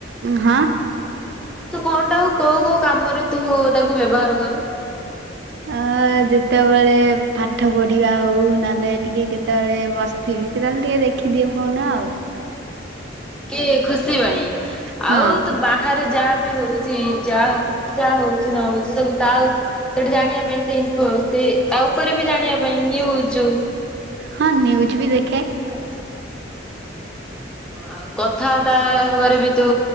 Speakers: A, on the right (about 65°); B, in the centre.
A: ହଁ।
B: ତୁ କଣ ଟା କୋଉ କୋଉ କାମରେ ତୁ ତାକୁ ବ୍ୟବହାର କରୁ?
A: ଅ ଯେତେବେଳେ ପାଠ ପଢିବା ହଉ ନହେଲେ ଟିକେ କେତେବେଳେ ବ ଥିବି କି କେତେବେଳେ ଟିକେ ଦେଖିଦିଅ ଫୋନ୍ ଆଉ।
B: ଟିକିଏ ଖୁସି ପାଇଁ
A: ହଁ
B: ଆଉ ତୁ ବା ଠାରେ ଯାହା ବି ହଉଛି ଯାହା ଯାହା ହଉଛି ନ ହଉଛି ସବୁ ତା ସେଠି ଜାଣିବା ପାଇଁ ସେ ସେ ଆଉ ଉପରେ ବି ଜାଣିବା ପାଇଁ ନିୟୁଜ
A: ହଁ ନ୍ୟୁଜ୍ ବି ଦେଖେ।
B: ହଁ। ଆଉ କଥାବାର୍ତ୍ତା ହବାରେ ବି ତୁ